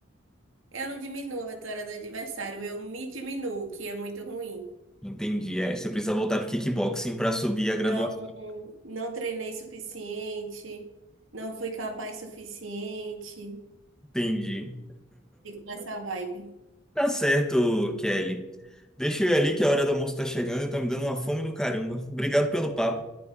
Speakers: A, on the right; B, in the centre.
A: Eu não diminuo a vitória do adversário, eu me diminuo, que é muito ruim.
B: Entendi. É, você precisa voltar pro kickboxing para subir a graduação.
A: Não, não treinei suficiente, não fui capaz suficiente.
B: Entendi.
A: Fico nessa vibe.
B: Tá certo, Kelly. Deixa eu ir ali que a hora do almoço tá chegando e tá me dando uma fome do caramba. Obrigado pelo papo.